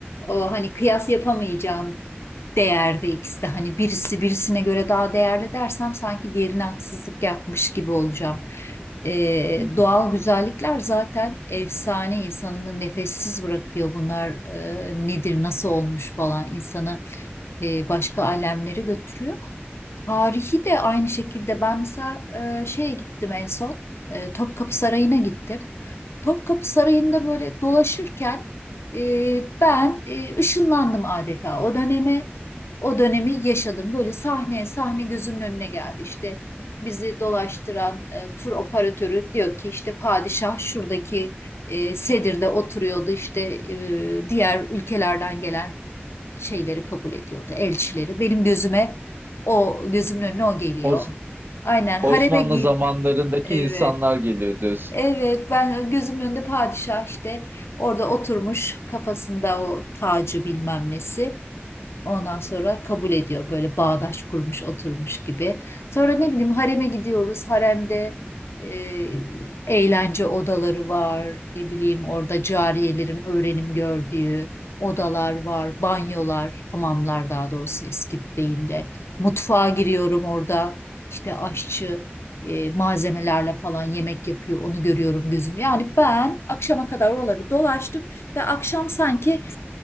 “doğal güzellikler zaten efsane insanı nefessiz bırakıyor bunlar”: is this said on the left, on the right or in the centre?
Left